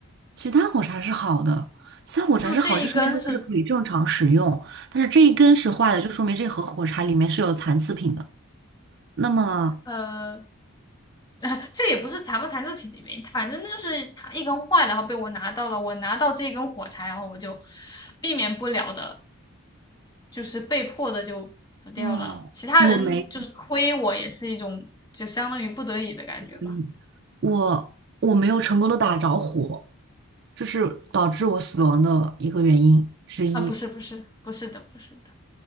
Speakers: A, on the right; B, on the left.
A: 其他火柴是好的，其他火柴是好，
B: 就这一根是
A: 就说明它就是可以正常使用。但是这一根是坏的，就说明这盒火柴里面是有残次品的。那么，
B: 呃，<laughs> 这也不是残不残制品的原因，反正就是它一根坏了，然后被我拿到了，我拿到这一根火柴，然后我就避免不了的。就是被迫的就死掉了。
A: 嗯，
B: 其他人就是推我，
A: 我没
B: 也是一种就相当于不得已的感觉吧。
A: 嗯，我我没有成功的打着火，这是导致我死亡的一个原因之一。
B: 啊，不是不是不是的不是的，